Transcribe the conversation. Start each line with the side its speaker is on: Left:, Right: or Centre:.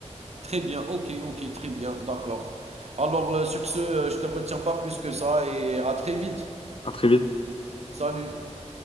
Right: Très bien. Ok, ok, très bien. D'accord. Alors, euh, sur ce, euh, je te retiens pas plus que ça et à très vite.
Left: À très vite.
Right: Salut.